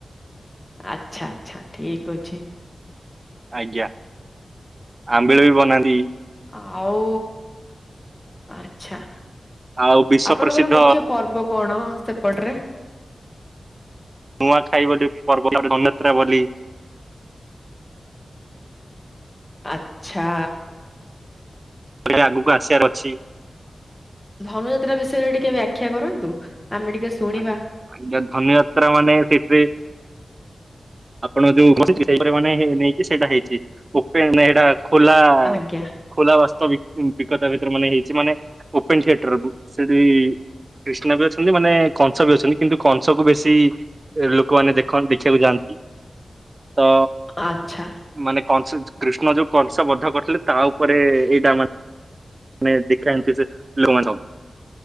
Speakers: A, on the left; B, on the right.
A: ଆଚ୍ଛା ଆଚ୍ଛା ଠିକ ଅଛି।
B: ଆଜ୍ଞା ଆମ୍ବିଳ ବି ବନାନ୍ତି।
A: ଆଉ ଆଚ୍ଛା
B: ଆଉ ବିଶ୍ଵ
A: ଆପଣଙ୍କର
B: ପ୍ରସିଦ୍ଧ
A: ମୁଖ୍ୟ ପର୍ବ କଣ ସେପଟରେ?
B: ନୂଆଖାଇ ବୋଲି ପର୍ବ <unintelligible> ଯାତ୍ରା ବୋଲି।
A: ଆଚ୍ଛା।
B: ଏଇ ଆଗକୁ ଆସିବାର ଅଛି।
A: ଧନୁଯାତ୍ରା ବିଷୟରେ ଟିକେ ବ୍ୟାଖ୍ୟା କରନ୍ତୁ ଆମେ ଟିକେ ଶୁଣିବା
B: ଆା ଆଜ୍ଞା ଧନୁଯାତ୍ରା ମାନେ ସେଥିରେ ଆପଣ ଯୋଉ ସେପ ମାନେ ନେଇକି ସେଇଟା ହେଇଛି ଓପେ ସେଇଟା ଖୋଲା
A: ଆଜ୍ଞା
B: ଖୋଲା ବାସ୍ତବ ବିକତା ଭିତରେ ମାନେ ହେଇଛି ମାନେ ଓପେନ ଥିଏଟର ସେଠି କ୍ରିଷ୍ଣା ବି ଅଛନ୍ତି ମାନେ କଂସ ବି ଅଛନ୍ତି କିନ୍ତୁ କଂସକୁ ବେଶୀ ଲୋକମାନେ ଦେଖନ ଦେଖିବାକୁ ଯାଆନ୍ତି ତ
A: ଆଚ୍ଛା
B: ମାନେ କଂସ କୃଷ୍ଣ ଯୋଉ କଂସ ବଧ କରିଥିଲେ ତା ଉପରେ ଏଇଟା ମାନେ ମାନେ ଦେଖା ଏମିତି ସେ ଲୋକମାନେ ସବ